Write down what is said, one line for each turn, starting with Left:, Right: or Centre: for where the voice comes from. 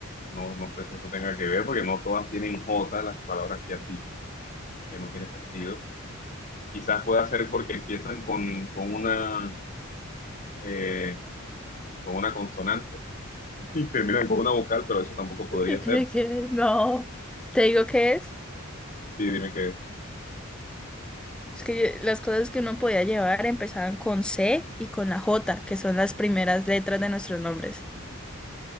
Left: no, no sé si eso tenga que ver, porque no todas tienen J las palabras que has dicho, que no tiene sentido. Quizás pueda ser porque empiezan con, con una, eh, con una consonante <laughs> y terminan con una vocal, pero eso tampoco podría
Centre: <laughs> ¿Qué tiene
Left: ser.
Centre: que ver? No. Te digo qué es.
Left: Sí, dime qué es.
Centre: Es que yo- las cosas que uno podía llevar empezaban con C y con la J, que son las primeras letras de nuestros nombres.